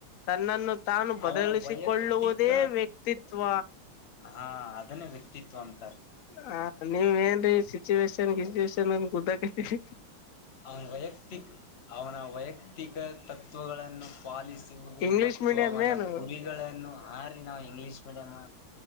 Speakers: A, on the left; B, on the left.
A: ತನ್ನನ್ನು ತಾನು ಬದಲಿಸಿಕೊಳ್ಳುವುದೇ
B: ಅವನ ವೈಯಕ್ತಿಕ
A: ವ್ಯಕ್ತಿತ್ವ
B: ಹಾ ಅದನ್ನೇ ವ್ಯಕ್ತಿತ್ವ ಅಂತ
A: ಹ ನೀವ್ ಏನ್ ಸಿಚುವೇೇಶನ್ ಗಚುವೇಶನ್ನ್ ಕುದ್ದಕೈರಿ
B: ಅವನ ವೈಯಕ್ತಿಕ್ ಅವನ ವೈಯಕ್ತಿಕ ತತ್ವಗಳನ್ನು ಪಾಲಿಸುವುದು
A: ಇಂಗ್ಲಿಷ್
B: ಮತ್ತು
A: ಮೀಡಿಯಂ
B: ಅವನ
A: ಏನು
B: ಗುರಿಗಳನ್ನು ಹಾರಿ ನಾವು ಇಂಗ್ಲೀಷ್ ಮೀಡಿಯಮ